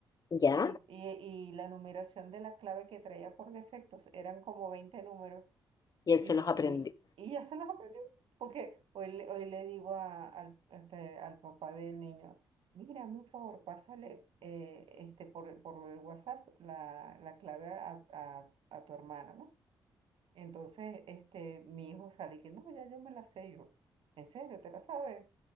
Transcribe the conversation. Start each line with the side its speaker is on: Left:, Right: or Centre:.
Left: ¿Ya?
Right: y, y, y la numeración de la clave que traía por defectos eran como 20 números
Left: Y él
Right: y,
Left: se los aprendió.
Right: y ya se los aprendió. Porque hoy le, hoy le digo a- al, este, al papá del niño, mira, hazme un favor, pásale eh, este, por, el- por el WhatsApp la, la clave a, a a tu hermana, ¿no? Entonces, este, mi hijo sale que no, ya yo me la sé yo. ¿En serio? ¿Te la sabes?